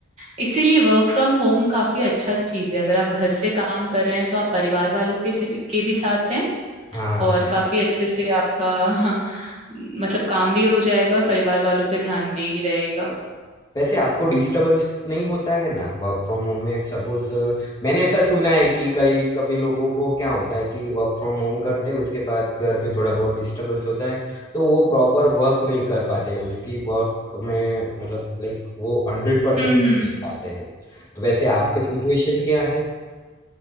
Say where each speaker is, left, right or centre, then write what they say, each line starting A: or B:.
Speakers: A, on the right; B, on the left.
A: इसीलिए वर्क फ्रॉम होम काफी अच्छा चीज है अगर आप घर से काम कर रहे हैं तो आप परिवार वालों के से भी, के भी साथ हैं
B: हाँ
A: और काफी अच्छे से आपका <laughs> हाँ, मतलब काम भी हो जाएगा और परिवार वालों पे ध्यान भी रहेगा
B: वैसे आपको डिस्टरबेंस नहीं होता है ना वर्क फ्रॉम होम में सपोज मैंने ऐसा सुना है कि कई कभी लोगों को क्या होता है कि वर्क फ्रॉम होम करते हैं उसके बाद घर पे थोड़ा बहुत डिस्टरबेंस होता है तो वो प्रॉपर वर्क नहीं कर पाते उसकी वर्क में मतलब लाइक वो हंड्रेड परसेंट
A: हम्म
B: नहीं
A: हम्म
B: दे पाते हैं तो वैसे आपके सिचुएशन क्या है